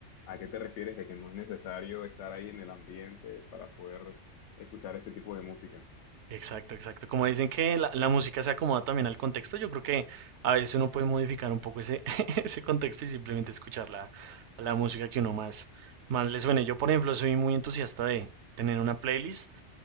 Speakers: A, on the left; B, on the right.
A: a qué te refieres de que no es necesario estar ahí en el ambiente para poder escuchar este tipo de música.
B: Exacto, exacto. Como dicen que la, la música se acomoda también al contexto, yo creo que a veces uno puede modificar un poco ese, <laughs> ese contexto y simplemente escuchar la, la música que uno más, más le suene. Yo, por ejemplo, soy muy entusiasta de tener una playlist